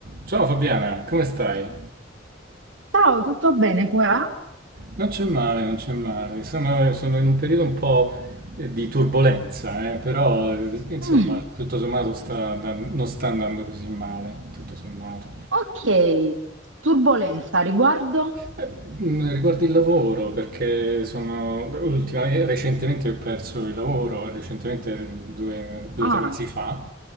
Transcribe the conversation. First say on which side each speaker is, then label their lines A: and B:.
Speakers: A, on the right; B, on the right.
A: Ciao Fabiana, come stai?
B: Ciao, tutto bene qua?
A: Non c'è male, non c'è male. Sono, sono in un periodo un po' eh, di turbolenza, eh, però eh, insomma,
B: Mm,
A: tutto sommato sta andan- non sta andando così male, tutto sommato.
B: ok, turbolenza riguardo?
A: Eh, Mm, Riguardo il lavoro, perché sono ultima- recentemente ho perso il lavoro, recentemente eh, due due
B: Ah,
A: o tre mesi fa,